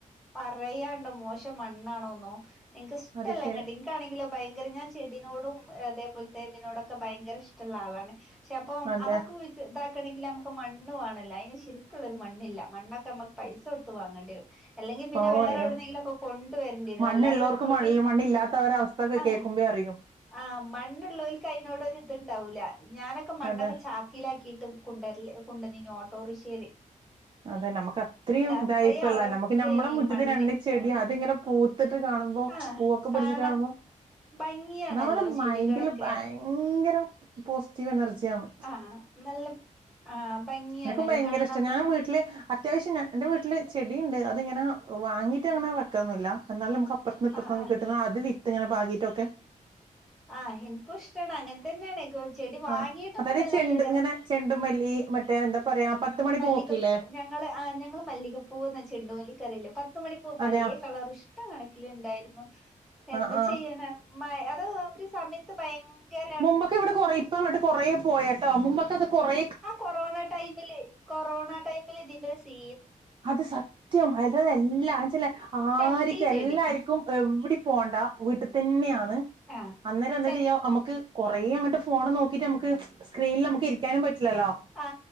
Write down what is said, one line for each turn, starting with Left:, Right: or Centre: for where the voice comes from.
Centre: പറയാണ്ടോ മോശം മണ്ണാണോന്നോ എന്ക്ക് ഇഷ്ടല്ലങ്ങട്ടി
Right: അത് ശരി
Centre: ഇൻക്കാണെങ്കിലോ ഭയങ്കര ഞാൻ ചെടിനോടും അതേപോല്ത്തെ ഇതിനോടൊക്കെ ഭയങ്കരെഷ്ടള്ള ആളാണ്. ക്ഷെപ്പം
Right: അതെ
Centre: അതൊക്കെ ഇതാക്കണെങ്കില് അമ്മക്ക് മണ്ണ് വാണല്ലോ അയിന് ശരിക്ക്ള്ളൊരു മണ്ണ്ല്ല മണ്ണൊക്കെ അമ്മക്ക് പൈസൊടു ത്ത് വാങ്ങണ്ടേരും അല്ലെങ്കി പിന്നെ
Right: ഓ
Centre: വേറെവ്ട്ന്നെങ്കിലൊക്കൊ
Right: അയ്യോ
Centre: കൊണ്ട് വരണ്ട്യേരും
Right: മണ്ണുള്ളവർക്ക്
Centre: അല്ലാതെ തൊടി
Right: മണ്ണ് മണ്ണില്ലാത്തവരെ അവസ്ഥൊക്കെ
Centre: ആഹ്
Right: കേൾക്കുമ്പോ അറിയും
Centre: ആഹ് മണ്ണ്ള്ളോല്ക്ക് അയിനോടൊര്ത്ണ്ടാവൂല്ല ഞാനൊക്കെ മണ്ണൊക്കെ
Right: അതെ
Centre: ചാ ക്കിലാക്കിട്ടും കൊണ്ടരല് കൊണ്ടന്നീനു ഓട്ടോറിഷേല്
Right: അതെന്നെ അമ്മക്ക് അത്രയും
Centre: അത്രയും
Right: ഇതായിരിക്കല്ലോ
Centre: അവസ്ഥേനി
Right: ഞമ്മക്ക് ഞമ്മളെ മുറ്റത്ത്
Centre: മണ്ണ്
Right: രണ്ട് ചെടി
Centre: ആഹ്
Right: അത്ങ്ങനെ പൂത്ത്ട്ട് കാണുമ്പോ
Centre: ആഹ്
Right: പൂവൊക്കെ
Centre: കാണാം
Right: പിട്ച്ച്ട്ട് കാണുമ്പോ
Centre: ഭംഗിയാണല്ലോ
Right: അതവ്ടെ
Centre: ചെടികളൊക്കെ
Right: മൈന്ഡില് ഭയ ങ്കരം പോസിറ്റീവ് എനർജ്യാണ്
Centre: ആഹ് നല്ല ആഹ് ഭംഗ്യാണല്ലോ
Right: എനിക്കും ഭയങ്കര
Centre: കാണാൻ
Right: ഇഷ്ട ഞാൻ
Centre: തന്നെ
Right: വീട്ടില് അത്യാവശ്യം എന്റെ വീട്ടില് ചെടീണ്ട് അത്ങ്ങനെ വാങ്ങീട്ടങ്ങനെ വെക്കൊന്നില്ല എന്നാലും നമ്മുക്ക് അപ്പറത്ത് ഇപ്പറ്ത്ത്ന്ന്
Centre: ആഹ് ആഹ്
Right: ന്നൊക്ക കിട്ട്ന്ന അത് വിത്ത് ഇങ്ങനെ പാകീട്ടൊക്കെ
Centre: ആഹ് എന്ക്കും ഇഷ്ടാണ് അങ്ങന് തന്നേണ് ചെടി വാങ്ങീട്ടൊന്നും
Right: ആഹ് അതായത്
Centre: വല്ലല്ല്യാ
Right: ചെണ്ട് ഇങ്ങനെ ചെണ്ടുമല്ലി മറ്റേ എന്താ പറയാ പത്തുമണി
Centre: മല്ലികപ്പൂ
Right: പൂവോക്കില്ലേ
Centre: ഞങ്ങള് ആഹ് ഞങ്ങള് മല്ലികപ്പൂവെന്ന് ച്ചെണ്ടുമലി പറില് പത്തുമണി പൂ പലേ
Right: അതെയാ
Centre: കളർ ഇഷ്ട കണക്കിൽ ഉണ്ടായിരുന്നു എന്താ
Right: ആഹ് ആഹ്
Centre: ചെയ്യാനാ അത് ഒരു സമയത്ത് ഭയങ്കര
Right: മുമ്പൊക്കെ ഇവിടെ കൊറെ ഇപ്പ അങ്ങോട്ട് കൊറേ പോയട്ടോ മുമ്പൊക്കെ അത് കൊറെ
Centre: ആ കൊറോണ ടൈമില് കൊറോണ ടൈമില് ഇതിന്റെ ഒരു സീ
Right: അത് സത്യം അതതെല്ലാച്ചല്ല ആരിക്കും
Centre: ചട്ടി ചെടി
Right: എല്ലാർക്കും എവിടെ പോണ്ട വീട്ടിൽ തന്നെയാന്ന്
Centre: ആ
Right: അന്നേരം എന്താ
Centre: ചട്ട
Right: ചെയ്യാ നമുക്ക് കൊറെ അങ്ങോട്ട് ഫോൺ നോക്കിട്ട് നമുക്ക് സ്ക്രീനിൽ നമുക്ക് ഇരിക്കാനും പറ്റില്ലല്ലോ
Centre: ആ